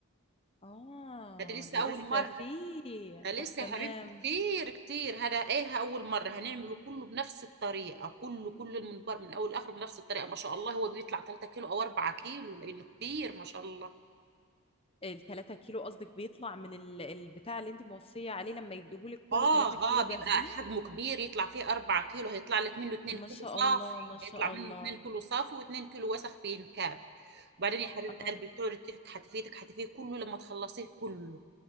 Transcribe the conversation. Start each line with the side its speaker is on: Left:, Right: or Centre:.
Left: اه
Right: ده دي لسه
Left: ده
Right: اول
Left: لسه
Right: مرة
Left: فيه
Right: ده لسه
Left: طب تمام
Right: يا حبيبتي كتير كتير هذا ايه اول مره هنعمله كله بنفس الطريقه كله كل المنبر من اول لاخر بنفس الطريقه ما شاء الله هو بيطلع 3 كيلو او 4 كيلو لانه كبير ما شاء الله
Left: التلاتة كيلو قصدك بيطلع من ال- البتاع اللي انت موصية عليه لما يديهولك كله
Right: اه
Left: تلاتة كيلو
Right: اه بيبقى
Left: جاهزين
Right: حجمه كبير يطلع فيه 4 كيلو هيطلع لك منه 2
Left: ما
Right: كيلو
Left: شاء
Right: صافي
Left: الله ما شاء
Right: هيطلع منه
Left: الله
Right: 2 كيلو صافي و2 كيلو وسخ بينكاب وبعدين يا حبيبه
Left: اه
Right: قلبي بتقعدي تحكي حتفيتك حتفيه كله لما تخلصيه كله